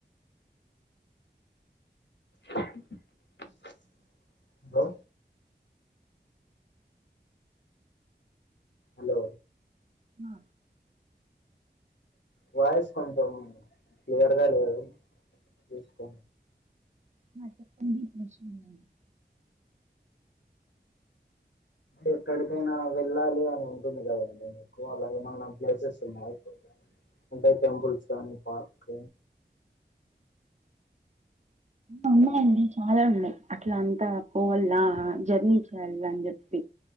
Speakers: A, on the left; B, on the right.
A: హలో హలో
B: ఆ
A: వాయిస్ కొంచెం క్లియర్గా లేదు. చూసుకో
B: మ చెప్పడిీషడి <unintelligible>
A: ఎక్కడికైనా వెళ్ళాలి అని ఉంటుంది, కదండి మీకు అలాగేమన్నా ప్లేసెస్ ఉన్నా అంటే టెంపుల్స్ కానీ పార్క్
B: ఉన్నాయండి చాలా ఉన్నాయి. అట్లా అంతా పోవాల జర్నీ చే అని చెప్పి